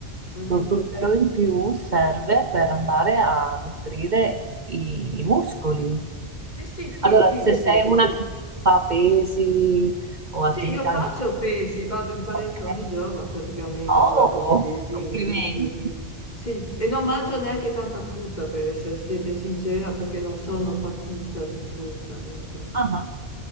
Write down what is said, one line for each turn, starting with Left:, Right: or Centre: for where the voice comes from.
Left: Mhm.
Right: lo zucchero in più serve per andare a nutrire i, i muscoli.
Left: Sì, sì, sì,
Right: Allora,
Left: sì,
Right: se
Left: sì.
Right: sei una che fa pesi o attività,
Left: Sì, io faccio pesi, vado in palestra
Right: ok,
Left: ogni giorno praticamente
Right: oh,
Left: a fare bodybuilding,
Right: complimenti.
Left: quindi sì, e non mangio neanche tanta frutta per essere schietta e sincera, perché non sono patita di frutta, ecco.
Right: Ah.